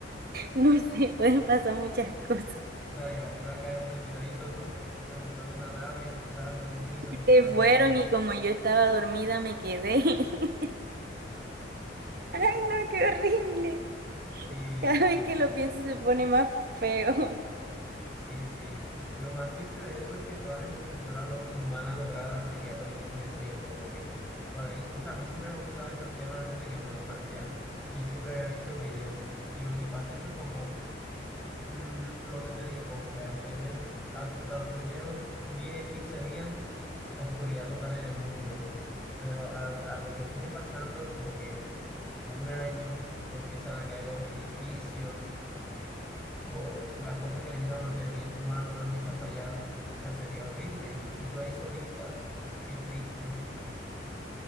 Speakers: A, on the right; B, in the centre.
A: no sé, pueden pasar muchas cosas.
B: O sea, iba, iba a caer un meteorito, todo el mundo se montó en una nave y tú estabas dormido y se olvidaron
A: Se fueron
B: de ti.
A: y como yo estaba dormida me quedé. <laughs> Ay, no, qué horrible.
B: Y
A: Cada vez que lo pienso se pone más feo. <laughs>
B: sí, sí. Lo más triste de eso es que toda la infraestructura lo- humana lograda se iría perdiendo con el tiempo, porque por ahí, o sea, a mí siempre me gustaron estos temas antes de que me lo plantearan. Yo siempre había visto videos y lo que pasa es que como Mm, Lo que te digo, como que al primer, al- a los primeros 10 15 días, oscuridad total en el mundo. Pero a, a lo que viene pasando, como que un año, se empiezan a caer los edificios, o las cosas que necesitan mantenimiento humano, todo empieza a fallar. O sea, sería horrible. Y tú ahí solita, qué triste.